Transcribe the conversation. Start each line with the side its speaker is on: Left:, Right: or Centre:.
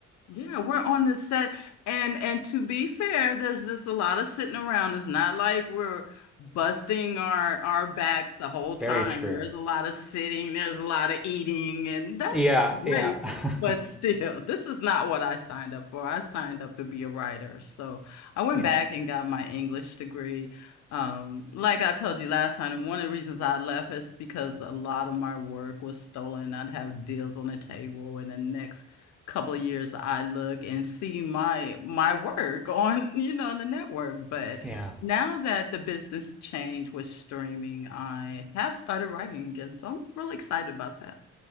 Left: Yeah, we're on the set and and to be fair, there's just a lot of sitting around. It's not like we're busting our our backs the whole time.
Centre: very true.
Left: There's a lot of sitting, there's a lot of eating, and that's
Centre: Yeah,
Left: just
Centre: yeah.
Left: great.
Centre: <laughs>
Left: But still, this is not what I signed up for. I signed up to be a writer. So I went
Centre: Yeah.
Left: back and got my English degree. Um, like I told you last time, one of the reasons I left is because a lot of my work was stolen. I'd have deals on the table, and the next couple of years I look and see my my work <laughs> on, you know, the network. But
Centre: Yeah.
Left: now that the business change with streaming, I have started writing again. So I'm really excited about that.